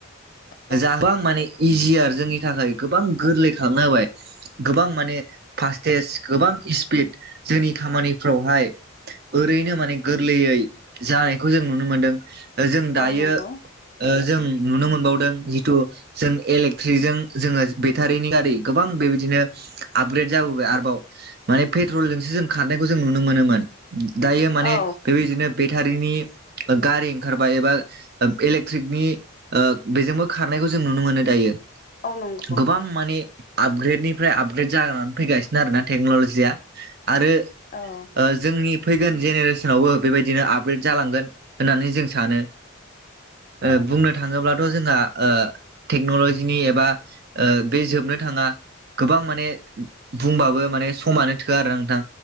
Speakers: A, on the left (about 40°); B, on the right (about 50°).
A: औ
B: जाहाबो आं माने इजियार जोंनि थाखाय गोबां गोरलै खालामना होबाय गोबां माने फास्टेस् गोबां स्पिड जोंनि खामानिफ्रावहाय ओरैनो माने गोरलैयै जानायखौ जों जों नुनो मोनदों जों दायो
A: औ नंगौ
B: ओ जों नुनो मोनबावदों जिथु जों एलेकट्रिकजों जोङो बेटारिनि गारि गोबां बेबायदिनो आपग्रेड जा जाबोबाय आरोबाव माने पेट्रलजोंसो जों खारनायखौ जों नुनो मोनोमोन। दायो माने
A: औ
B: बेबायदिनो बे टारिनि ओ गारि ओंखारबाय एबा ओ ओ इलेकट्रिकनि बेजोंबो खारनायखौ जों नुनो मोनो दायो
A: औ नंगौ
B: गोबां माने आपग्रेडनिफ्राय आपग्रेड जानानै फैगासिनो आरोना टेक्न'लजिया। आरो
A: औ
B: ओ जोंनि फैगोन जेनेरेसनावबो बेबायदिनो आपग्रेड जालांगोन होननानै जों सानो। ओ
A: औ
B: बुंनो थाङोब्लाथ' जोंहा ओ टेक्न'लजिनि एबा ओ बे जोबनो थाङा गोबां माने बुंबाबो माने समानो थोआ आरोना नोंथां